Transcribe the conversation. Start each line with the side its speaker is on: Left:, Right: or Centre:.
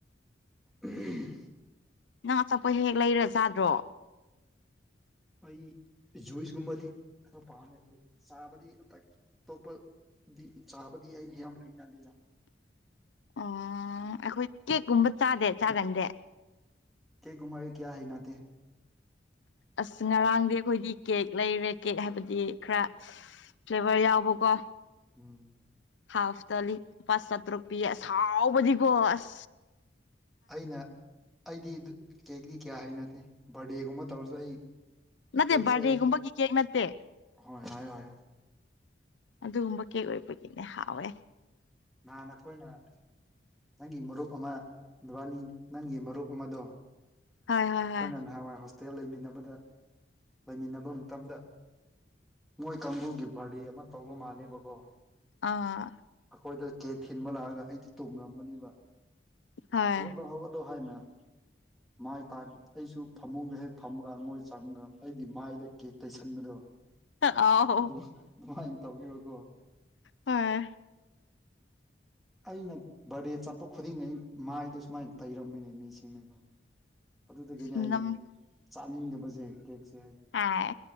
Centre: ꯎꯝ
Left: ꯉꯥ ꯆꯠꯄ ꯍꯦꯛ ꯂꯩꯔꯖꯥꯗ꯭ꯔꯣ
Centre: ꯑꯩ ꯖꯨꯏꯁꯒꯨꯝꯕꯗꯤ ꯈꯔ ꯄꯥꯝꯃꯦ ꯑꯗꯨ ꯆꯥꯕꯗꯤ ꯑꯇ ꯑꯇꯣꯞꯄ ꯆꯥꯕꯗꯤ ꯍ ꯂꯩꯅꯗꯗ
Left: ꯑꯣ ꯑꯩꯈꯣꯏ ꯀꯦꯛꯀꯨꯝꯕ ꯆꯥꯗꯦ ꯆꯥꯒꯟꯁꯦ
Centre: ꯀꯦꯛꯀꯨꯝꯕ ꯑꯩ ꯀꯌꯥ ꯍꯥꯏ ꯅꯥꯇ
Left: ꯑꯁ ꯉꯔꯥꯡꯗꯤ ꯑꯩꯈꯣꯏꯗꯤ ꯀꯦꯛ ꯂꯩꯔꯦ ꯀꯦꯛ ꯍꯥꯏꯕꯗꯤ ꯈꯔ ꯀꯕ ꯌꯥꯎꯕꯀꯣ
Centre: ꯎꯝ
Left: ꯍꯥꯐ ꯇꯂꯤ ꯄꯥꯁ ꯁꯠ ꯔꯨꯄꯤꯥꯎꯕꯗꯤ ꯀꯁ
Centre: ꯑꯩꯅ ꯑꯩꯗꯤ ꯀꯦꯗꯤ ꯀꯌꯥ ꯍꯅꯗꯦ ꯕꯥꯔꯗꯦꯒꯨꯝꯕ ꯇꯧꯔꯁꯨ ꯑꯩ
Left: ꯅꯠꯇꯦ
Centre: ꯀꯁ
Left: ꯕꯥꯔꯗꯦꯒꯨꯝꯕꯒꯤ ꯀꯦꯛ ꯅꯠꯇꯦ
Centre: ꯍ ꯍꯥꯏ ꯍꯥꯏ
Left: ꯑꯗꯨꯒꯨꯝꯕ ꯀꯩ ꯑꯣꯏꯕꯒꯤꯅꯦ ꯍꯥꯎꯋꯦ
Centre: ꯅꯍꯥꯟ ꯑꯩꯈꯣꯏꯅ ꯅꯪꯒꯤ ꯃꯔꯨꯞ ꯑꯃ ꯅꯨꯕꯥꯅꯤ ꯅꯪꯒꯤ ꯃꯔꯨꯞ ꯑꯃꯗꯣ
Left: ꯍꯣꯏ ꯍꯣꯏ
Centre: ꯑꯩꯈꯣꯏꯅ
Left: ꯍ
Centre: ꯅꯍꯥꯟꯋꯥꯏ ꯍꯣꯁꯇꯦꯜ ꯂꯩꯃꯤꯟꯅꯕꯗ ꯂꯩꯃꯤꯟꯅꯕ ꯃꯇꯝꯗ ꯃꯣꯏ ꯀꯥꯡꯕꯨꯒꯤ ꯚꯥꯔꯗꯤ ꯑꯃ ꯇꯧꯕ ꯃꯥꯜꯅꯦꯕꯀꯣ
Left: ꯑꯥ
Centre: ꯑꯩꯈꯣꯏꯗ ꯀꯦꯛ ꯊꯤꯟꯕ ꯂꯥꯛꯑꯒ ꯑꯩꯗꯤ ꯇꯨꯝꯔꯝꯕꯅꯦꯕ
Left: ꯍꯣꯏ
Centre: ꯍꯧꯒꯠꯂꯣ ꯍꯧꯒꯠꯂꯣ ꯍꯥꯏꯅ ꯃꯥꯏ ꯀꯥꯛ ꯑꯩꯁꯨ ꯐꯃꯨꯡꯗ ꯍꯦꯛ ꯐꯝꯃꯀꯥꯟꯗ ꯃꯣꯏ ꯆꯪꯉꯒ ꯑꯩꯒꯤ ꯃꯥꯏꯗ ꯀꯦꯛ ꯇꯩꯁꯟꯕꯗꯣ
Left: ꯑꯥꯎ
Centre: ꯑꯗꯨ ꯑꯗꯨꯃꯥꯏꯅ ꯇꯧꯕꯕꯀꯣ
Left: ꯍꯣꯏ
Centre: ꯑꯩꯅ ꯕꯥꯔꯗꯦ ꯆꯠꯄ ꯈꯨꯗꯤꯡ ꯑ ꯃꯥꯏꯗꯣ ꯁꯨꯃꯥꯏꯅ ꯇꯩꯔꯃꯤꯅꯦ ꯃꯤꯁꯤꯡꯅꯀꯣ ꯑꯗꯨꯗꯒꯤꯅꯦ
Left: ꯅꯝ
Centre: ꯑꯩ ꯆꯥꯅꯤꯡꯗꯕꯁꯦ ꯀꯦꯛꯁꯦ ꯑꯩ
Left: ꯍꯥꯏ